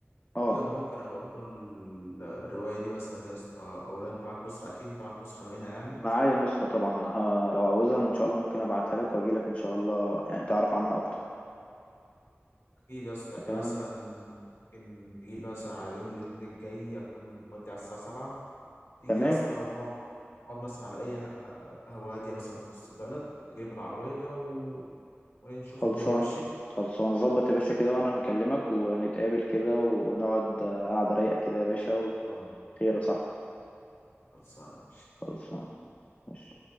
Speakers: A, on the left; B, on the left.
A: اه
B: ايوه انا ممكن ابقى اقرا ال- الرواية دي مثلا يا اسطى او لو انت معاك نسخة اكيد انت معاك نسخة منها يعني
A: معايا
B: صح؟
A: نسخه طبعا ها لو عاوزها ان شاء الله ممكن ابعتها لك واجي لك ان شاء الله يعني تعرف عنها اكتر
B: اكيد يا اسطى يعني
A: تمام
B: مثلا ممكن تيجي لي مثلا على يوم الاثنين الجاي اكون فاضي على الساعه 7 تيجي
A: تمام
B: يا اسطى ونقعد نقعد مثلا على اي ه- ه- قهوه هاديه مثلا في وسط البلد تجيب العربيه و... ونشوف
A: خلصانة
B: الدنيا ماشي
A: خلصانة ظبط يا باشا كده وانا هكلمك ونتقابل كده ونقعد آه، قعدة رايقة كده يا باشا وخير
B: آه.
A: يا صاحبي
B: خلصانه ماشي
A: خلصانة ماشي.